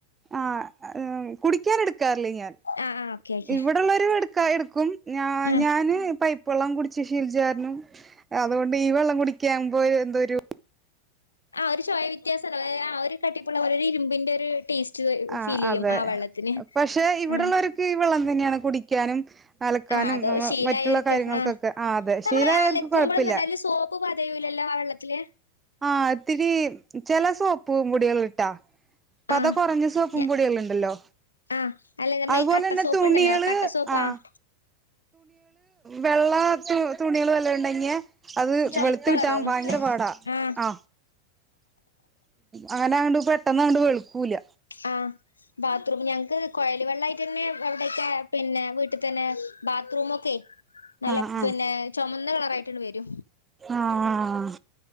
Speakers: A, on the right; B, on the left.
A: ആഹ കുടിക്കാൻ എടു കർളിയാൻ
B: ആഹ് ആഹ് ഓക്കെ ഓക്കെ
A: ഇവിടെള്ളരു എടുക്കായി എടുക്കും ഞാ
B: ആഹ്
A: ഞാന് ഇപ്പ വള്ളം കുടിച്ച് ശീൽജാരണം അതുകൊണ്ട് ഈ വെള്ളം കുടിക്കകുമ്പോ എന്തോരു
B: ആ ഒരു ചോയ വ്യത്യാസം അത ആ ഒരു കട്ടിപ്പുള്ളര ഇരുമ്പിന്റെ ഒരു ടേസ്റ്റ്
A: ആ
B: ഫീൽ ചെയ്യും
A: അതെ
B: ആ വെള്ളത്തിന്
A: പക്ഷെ ഇവിടെള്ളവർക്ക്
B: ആഹ്
A: ഈ വെള്ളം തന്നെയാണ് കുടിക്ക ിക്കാനും അലക്കാനും
B: ആഹ് അതോ
A: ന
B: ശീലായോര്ക്ക്
A: മറ്റുള്ള കാര്യങ്ങൾക്കൊക്കെ
B: ആഹ്
A: ആ അതെ
B: നമ്മള്
A: ശീലായവർക്ക്
B: അലക്കുമ്പളും
A: കുഴപ്പില്ല
B: തന്നെ അതില് സോപ്പ് പതയൂലല്ലോ ആ വെള്ളത്തില്
A: ആഹ ഇത്തിരി ച സോപ്പ് മുടികൽ ഇട്ടാ കു
B: ആഹ്
A: സോപ്പും
B: ഞ
A: പൊടിക ഉണ്ടല്ലോ
B: ആഹ് അല്ല നമ്മ
A: അതുപോലെന്നെ
B: ഈ കട്ട സോപ്പ്ണ്ടല്ലോ
A: തുണികൾ
B: കട്ട സോപ്പ്
A: ആ
B: ആഹ്
A: വെള്ള തുണികൾ വല്ല ഉണ്ടെങ്കിയ അത്
B: ചൊമപ്പളറാവും
A: വെളുത്ത കിട്ടാൻ ഭയങ്കര പാടാ
B: ആഹ്
A: ആ അങ്ങനെണ്ട് ഇപ്പ പെട്ടെന്ന്ാൊണ്ട് വെളുൂല്ല
B: ആഹ ബാത്റൂം ഞങ്ങൾക്ക് കുഴലി വെള്ളമായിട്ട് ന്നെ എവിടെയൊക്കെ പിന്നെ വീട്ടിൽ തന്നെ ബാത്റൂമ ഒക്കെ നല്ല
A: ആഹ് ആഹ്
B: പിന്നെ ചുമന്ന കളർായിട്ടണ്ട് വരൂ
A: ആഹ്